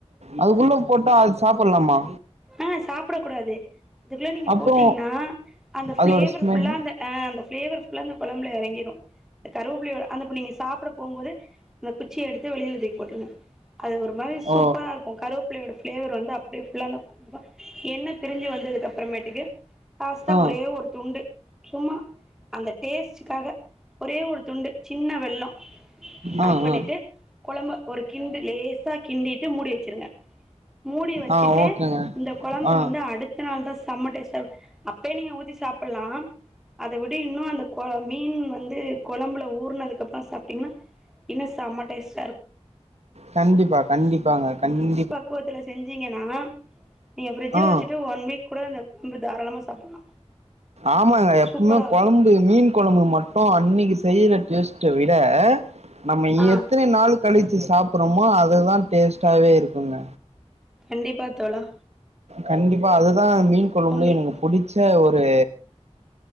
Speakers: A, on the right; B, in the centre.
A: அதுக்குள்ள போட்டா அது சாப்புட்லாமா
B: அ சாப்புட கூடாது அதுக்குள்ள நீங்க
A: அப்றோ
B: போட்டீங்கன்னா அந்த
A: அதோட
B: ப்ளேவர்
A: ஸ்மெல்
B: ஃபுல்லா அந்த ஆ அந்த ஃப்ளேவர் ஃபுல்லா அந்த கொழம்புல எறங்கிரு இந்த கருவப்பிள்ளையோட அந்தப்ப நீங்க சாப்புட போம்போது அந்த குச்சிய எடுத்து வெளில தூக்கி போட்டுறணு அது ஒரு மாரி
A: ஓ
B: சூப்பரா இருக்கு உ கருவேப்பிள்ளையோட ஃப்ளேவர் வந்து அப்டியே புல்லா என்ன பண்ணும்ன்னா எண்ணெ பிரிஞ்சு வந்ததுக்கு அப்பறமேட்டுக்கு லாஸ்ட்டா
A: ஆ
B: ஒரே ஒரு துண்டு சும்மா அந்த டேஸ்ட்டுக்காக ஒரே ஒரு துண்டு சின்ன வெல்லோ
A: ஆ
B: ஆட் பண்ணிட்டு
A: ஆ
B: கொழம்ப ஒரு கிண்டு லேசா கிண்டிட்டு மூடி வச்சிருங்க மூடி வச்சுட்டு
A: ஆ ஓகேங்க
B: இந்த கொழம்ப
A: ஆ
B: வந்து அடுத்த நாள் தா செம்ம டேஸ்ட்டா இரு அப்பே நீங்க ஊத்தி சாப்பல்லா அத விட இன்னு அந்த கொ மீன் வந்து கொழம்புல ஊர்னதுக்கு அப்பறோ சாப்ட்டீங்கன்னா இன்னு செம்ம டேஸ்ட்
A: கண்டிப்பா கண்டிப்பாங்க கண்டிப்
B: க்குவத்துல செஞ்சீங்கன்னா நீங்க பிரிட்ஜ்ல
A: ஆ.
B: வச்சுட்டு ஒன் வீக் கூட அந்த ரொம்ப தாராளமா சாப்படலா
A: ஆமாங்க. எப்பவுமே
B: சூப்பரா இருக்கு
A: குழம்பு மீன் கொழம்பு மட்டு அன்னைக்கு செய்ற டேஸ்ட்ட விட நம்ம
B: ஆ
A: எத்தினை நாள் களித்து சாப்பிறோமோ அதுதா டேஸ்ட்டாவே இருக்குங்க
B: கண்டிப்பா தோழா
A: கண்டிப்பா அதுதா மீன்கொழம்புல
B: உங்கள்
A: எனக்கு புடிச் ச்ச ஒரு